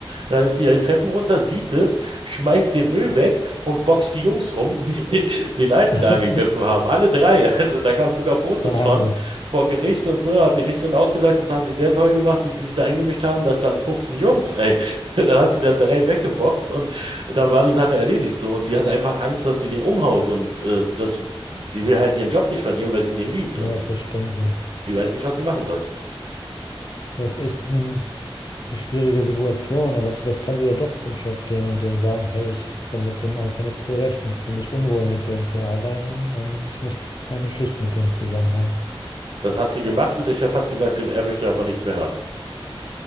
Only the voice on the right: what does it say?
Dann ist sie ja die Treppen runter, sieht es, schmeißt den Müll weg und boxt die Jungs um, die <laughs> den den Alten
da angegriffen haben. Alle drei. <laughs> Also da gab es sogar Fotos
von vor Gericht und so. Hat die Richterin auch gesagt, das haben sie sehr toll gemacht, wie sie sich da eingemischt haben. Da standen 15 Jungs, ey. <laughs> Dann hat sie da drei weggeboxt und dann war die Sache erledigt so. Und sie hatte einfach Angst, dass sie den umhaut und äh, das, die will halt ihren Job nicht verlieren, weil sie den liebt.
Und ich,
sie weiß nicht, was sie machen soll.
Das hat sie gemacht und der Chef hat gesagt, sie- er möchte davon nichts mehr hören.